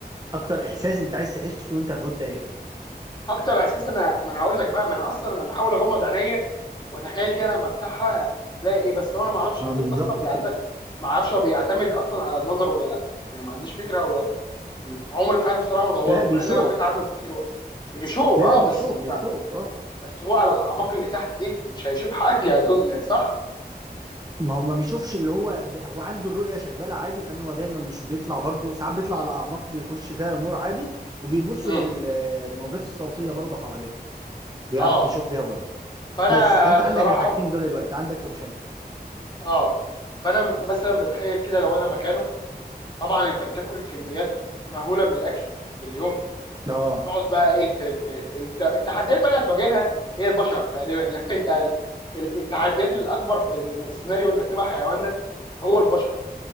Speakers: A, on the right (about 25°); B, on the left (about 25°).
A: اكتر احساس انت عايز تحسه وانت الحوت ده ايه
B: اكتر احساس انا ما انا هقول لك بقى ما انا اصلا انا بحاول اغمض عينيا وتخيل كده لما افتحها الاقي ايه بس هو انا ما اعرفش
A: اه
B: الحوت
A: بالظبط
B: اصلا بيعتمد
A: كده
B: ما اعرفش هو بيعتمد اصلا على النظر ولا لا يعني ما عنديش فكره هو م- عمري في حياتي بصراحه ما دورت
A: لا بيشوف
B: مع ان انا قريت عنه كتير هو بيشوف
A: لا
B: اه
A: لا بيشوف
B: بس انت
A: بيشوف اه
B: بس هو على الاعماق اللي تحت دي مش هيشوف حاجه <laughs> اظن صح؟
A: ما هو ما بيشوفش اللي هو ب- هو عنده الرؤية شغالة عادي لأنه هو دايما مش بيطلع برضه ساعات بيطلع على أعماق بيخش فيها نور عادي وبيبص
B: امم
A: بالموجات الصوتية برضه حواليه بيعرف
B: اه
A: يشوف بيها برضه
B: فانا
A: بس فأنت
B: بصراحه
A: عندك الحاجتين دول الوقت عندك أوبشنين
B: اه فانا م- مثلا بتخيل كده لو انا مكانه طبعا انت بتاكل كميات مهوله من الاكل في اليوم
A: اه
B: تقعد بقى ايه ت- ت- الت- التحديات بقى اللي هتواجهها هي البشر تقريبا يعني <laughs> انت ال- ال- التحديات الاكبر في إن- السيناريو انك تبقى حيوان ده هو البشر